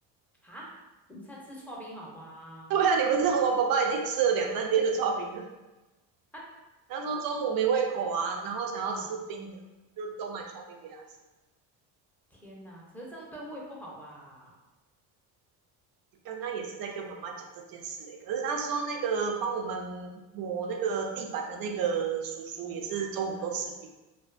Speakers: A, in the centre; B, on the right.
A: 哈，午餐吃刨冰好吗？
B: <laughs> 对啊，你不知道吗？爸爸已经吃了两三天的刨冰了。
A: 啊，
B: 他说中午没胃口啊，然后想要吃冰的，
A: 嗯，
B: 就都买刨冰给他吃。
A: 天哪，可是这样对胃不好吧？
B: 刚刚也是在跟妈妈讲这件事诶、可是他说那个帮我们抹那个地板的那个叔叔也是中午都吃冰。
A: 嗯